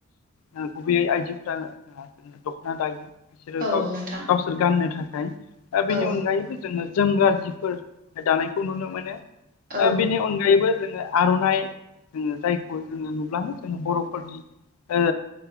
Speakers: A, on the left; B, on the right.
A: ओ गुबैयै आइजोफोरा दखना दायो। बिसोरो
B: औ
A: गाव
B: नोंथां
A: गावसोर गाननो थाखाय। ओ बेनि
B: औ
A: अनगायैबो जोङो जोमग्रा जि फोर दानायखौ नुनो मोनो।
B: औ
A: ओ
B: औ
A: बिनि अनगायैबो जोङो आर'नाइ, जोङो जायखौ जोङो नुब्लानो जोङो बर'फोरनि ओ